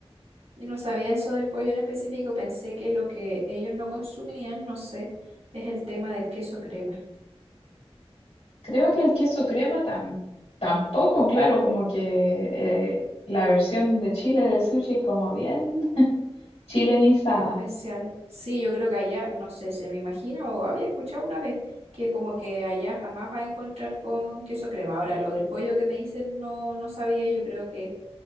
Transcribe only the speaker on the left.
Creo que el queso crema tam- tampoco, claro, como que eh, la versión de Chile del sushi es como bien chilenizada.